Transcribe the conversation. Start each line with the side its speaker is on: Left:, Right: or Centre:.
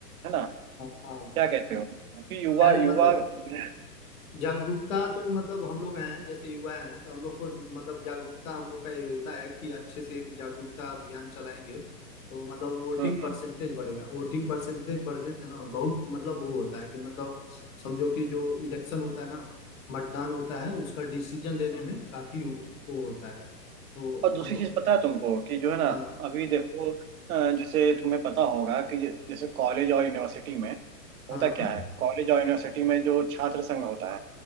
Right: है ना
Left: हाँ हाँ
Right: क्या कहते हो क्योंकि युवा
Left: यार
Right: युवा
Left: मतलब
Right: हम्म,
Left: जागरूकता तो मतलब हम लोग हैं जैसे युवा हैं तो हम लोग को मतलब जागरूकता हम लोग का ये होता है कि अच्छे से एक जागरूकता अभियान चलाएंगे तो मतलब वोटिंग
Right: हम्म,
Left: परसेंटेज बढ़ेगा वोटिंग परसेंटेज बढ़ने से ना बहुत मतलब वो होता है कि मतलब समझो कि जो इलेक्शन होता है ना मतदान होता है उसका डिसीजन लेने
Right: हम्म।
Left: में काफी वो, वो होता है तो
Right: और दूसरी
Left: हम लोग
Right: चीज
Left: को-
Right: पता है तुमको कि जो है ना
Left: हाँ
Right: अभी देखो अ, जैसे तुम्हें पता होगा कि जैसे कॉलेज और यूनिवर्सिटी में
Left: हाँ
Right: होता क्या है कॉलेज और यूनिवर्सिटी में जो छात्र संघ होता है